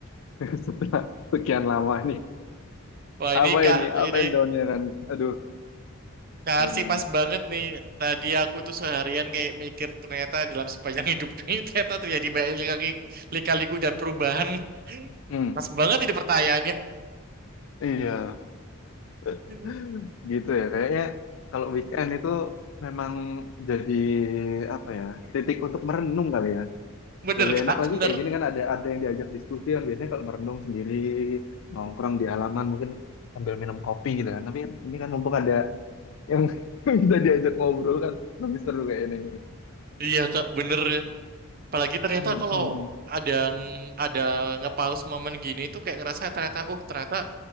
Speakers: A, on the left; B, on the right.
A: <laughs> setelah sekian lama nih.
B: Wah ini
A: Apa
B: Kak,
A: ini? Apa
B: ini.
A: yang down-nya Ran? Aduh,
B: Kak
A: kayaknya.
B: Arsi pas banget nih. Tadi aku tuh seharian kayak mikir ternyata dalam sepanjang hidup ini <laughs> ternyata terjadi banyak lika-li- lika-liku dan perubahan.
A: Hmm,
B: Pas banget ini pertanyaannya.
A: iya. <laughs>
B: <laughs>
A: Gitu ya, kayaknya kalau weekend itu memang jadi apa ya, titik untuk merenung kali ya.
B: Bener
A: Lebih
B: Kak,
A: enak lagi
B: bener.
A: kayak gini kan ada ada yang diajak diskusi kan biasanya kalau merenung sendiri nongkrong di halaman mungkin sambil minum kopi gitu kan. Tapi ini kan mumpung ada yang <laughs> bisa diajak ngobrol kan lebih seru kayak ini.
B: Iya Kak, bener. Apalagi ternyata
A: Mm,
B: kalau
A: mm, mm.
B: ada ada ngepaus momen gini tuh kayak ngerasa ternyata, oh ternyata